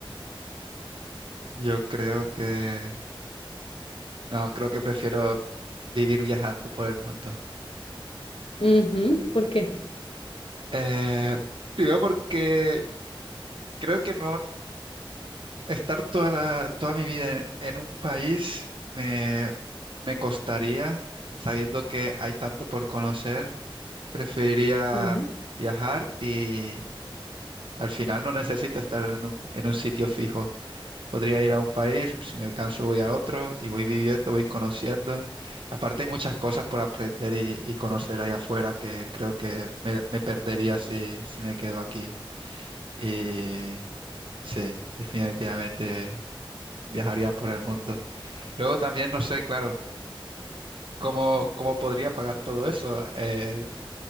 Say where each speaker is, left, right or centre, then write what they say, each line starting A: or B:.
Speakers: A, on the right; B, on the left.
A: yo creo que... No, creo que prefiero vivir viajando por el mundo.
B: Ujú. ¿Por qué?
A: Eh, primero porque creo que no estar toda la, toda mi vida en, en un país me, me costaría, sabiendo que hay tanto por conocer. Preferiría
B: Ujú.
A: viajar y al final no necesito estar en un, en un sitio fijo. Podría ir a un país, si me canso voy a otro y voy viviendo, voy conociendo. Aparte hay muchas cosas por aprender y, y conocer ahí afuera que creo que me, me perdería si, si me quedo aquí. Y sí, definitivamente viajaría por el mundo. Luego también no sé, claro, cómo, cómo podría pagar todo eso. Eh,